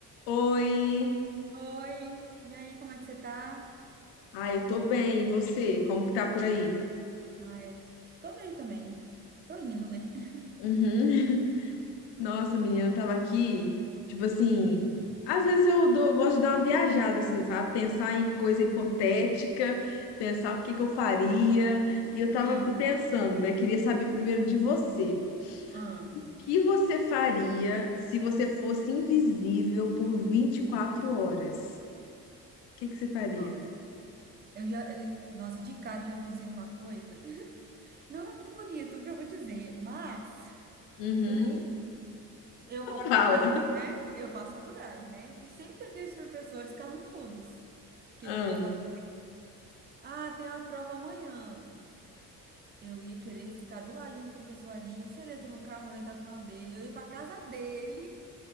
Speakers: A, on the left; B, on the right.
A: Oi!
B: Oi, e aí, como é que você tá?
A: Ah, eu tô bem, e você? Como que tá por aí?
B: Ah, eu tô bem também. Tô indo, né? <laughs>
A: Uhum. <laughs> Nossa, menina, eu tava aqui, tipo assim, às vezes eu dou- gosto de dar uma viajada, assim, sabe? Pensar em coisa hipotética,
B: Uhum.
A: pensar o que que eu faria, e eu tava
B: Sim.
A: aqui pensando, né? Queria saber primeiro de você.
B: Ah,
A: O que você faria se você fosse invisível por 24 horas? O que que você faria?
B: bom. Eu já, eu- nossa, de cara eu já pensei numa coisa. Não é muito bonito o que eu vou dizer, mas
A: Uhum.
B: tô nem... aí. eu faço
A: Fala.
B: faculdade, né? Eu faço faculdade, né? E sempre tem aqueles professores carrancudos. O que
A: Ah,
B: que eu ia fazer? Ah, tem uma prova amanhã. Eu ia querer ficar do ladinho do professor ali. Se ele entra no carro, eu ia entrar no carro dele. Eu ia pra casa dele.